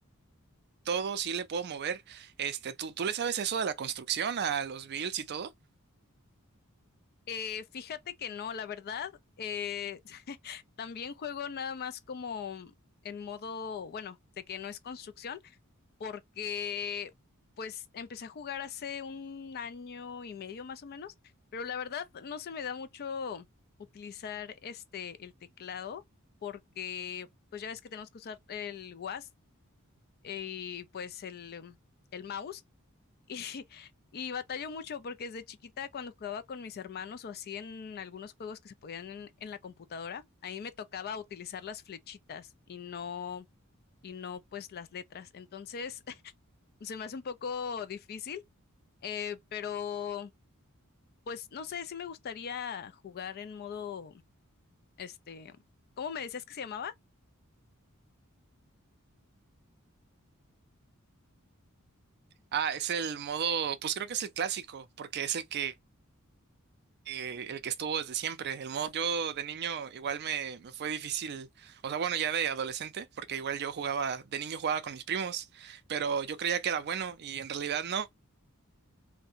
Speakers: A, on the right; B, on the left.
A: todo sí le puedo mover. Este, ¿tú tú le sabes eso de la construcción a los builds y todo?
B: Eh, fíjate que no, la verdad, eh, <laughs> también juego nada más como en modo, bueno, de que no es construcción, porque pues empecé a jugar hace un año y medio más o menos, pero la verdad no se me da mucho utilizar este, el teclado, porque pues ya ves que tenemos que usar el WASD y pues el, el mouse. Y, <laughs> y batallo mucho porque desde chiquita cuando jugaba con mis hermanos o así en algunos juegos que se podían en, en la computadora, ahí me tocaba utilizar las flechitas y no, y no pues las letras. Entonces <laughs> se me hace un poco difícil, eh, pero pues no sé, sí me gustaría jugar en modo, este, ¿cómo me decías que se llamaba?
A: Ah, es el modo, pues creo que es el clásico, porque es el que eh, el que estuvo desde siempre. El modo, yo de niño igual me, me fue difícil, o sea, bueno, ya de adolescente, porque igual yo jugaba, de niño jugaba con mis primos, pero yo creía que era bueno y en realidad no.